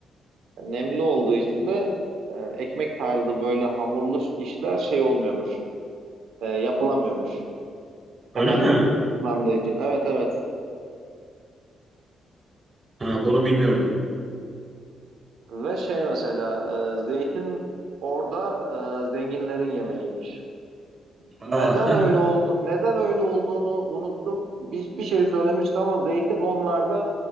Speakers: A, on the right; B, on the right.
A: Yani Nemli olduğu için de e, ekmek tarzı böyle hamurlu işler şey olmuyormuş, e, yapılamıyormuş. Hemen
B: Öyle mi?
A: ıslandığı için. Evet evet.
B: Ha, bunu bilmiyordum.
A: Ve şey mesela e, zeytin orada e, zenginlerin yemeğiymiş. Neden
B: Aa,
A: öyle oldu? Neden öyle olduğunu unuttum. Bir, bir şey söylemişti ama zeytin onlarda